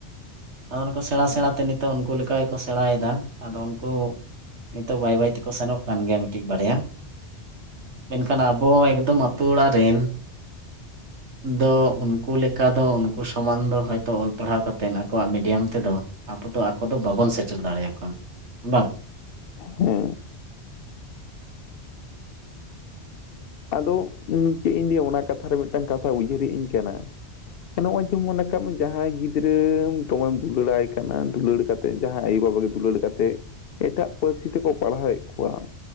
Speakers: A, on the right; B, on the left.
A: ᱟᱫᱚ ᱚᱱᱟ ᱠᱚ ᱥᱮᱬᱟ ᱥᱮᱬᱟ ᱛᱮ ᱱᱤᱛᱚᱜ ᱩᱱᱠᱩ ᱞᱮᱠᱟ ᱜᱮᱠᱚ ᱥᱮᱬᱟᱭᱮᱫᱟ᱾ ᱟᱫᱚ ᱩᱱᱠᱩ ᱱᱤᱛᱚᱜ ᱵᱟᱹᱭ ᱵᱟᱹᱭ ᱛᱮᱠᱚ ᱥᱮᱱᱚᱜ ᱠᱟᱱ ᱜᱮᱭᱟ ᱢᱤᱫᱴᱤᱡ ᱵᱟᱨᱭᱟ᱾ ᱢᱮᱱᱠᱷᱟᱱ ᱟᱵᱚ ᱮᱠᱫᱚᱢ ᱟᱛᱳ ᱚᱲᱟᱜ ᱨᱮᱱ ᱫᱚ ᱩᱱᱠᱩ ᱞᱮᱠᱟ ᱫᱚ ᱩᱱᱠᱩ ᱥᱚᱢᱟᱱ ᱫᱚ ᱦᱚᱭᱛᱳ ᱚᱞ ᱯᱟᱲᱦᱟᱣ ᱠᱟᱛᱮᱫ ᱟᱠᱚᱣᱟᱜ ᱢᱤᱰᱤᱭᱟᱢ ᱛᱮᱫᱚ ᱟᱵᱚ ᱫᱚ ᱟᱠᱚ ᱫᱚ ᱵᱟᱵᱚᱱ ᱥᱮᱴᱮᱨ ᱫᱟᱲᱮᱭᱟ ᱠᱚᱣᱟ ᱵᱟᱝ᱾
B: ᱦᱮᱸ᱾ ᱟᱫᱚ ᱤᱧ ᱪᱮᱫ ᱤᱧ ᱞᱟᱹᱭ ᱚᱱᱟ ᱠᱟᱛᱷᱟᱨᱮ ᱢᱤᱫᱴᱟᱝ ᱠᱟᱛᱷᱟ ᱩᱭᱦᱟᱹᱨ ᱦᱮᱡ ᱤᱧ ᱠᱟᱱᱟ ᱱᱚᱜ-ᱚᱭ ᱡᱮᱢᱚᱱ ᱠᱟᱜ ᱢᱮ ᱡᱟᱦᱟᱸᱭ ᱜᱤᱫᱽᱨᱟᱹ ᱫᱚᱢᱮᱢ ᱫᱩᱞᱟᱹᱲᱟᱭ ᱠᱟᱱᱟ ᱫᱩᱞᱟᱹᱲ ᱠᱟᱛᱮ ᱡᱟᱦᱟᱸᱭ ᱟᱭᱳ-ᱵᱟᱵᱟ ᱜᱮ ᱫᱩᱞᱟᱹᱲ ᱠᱟᱛᱮᱜ ᱮᱴᱟᱜ ᱯᱟᱹᱨᱥᱤ ᱛᱮᱠᱚ ᱯᱟᱲᱦᱟᱣ ᱮᱫ ᱠᱚᱣᱟ᱾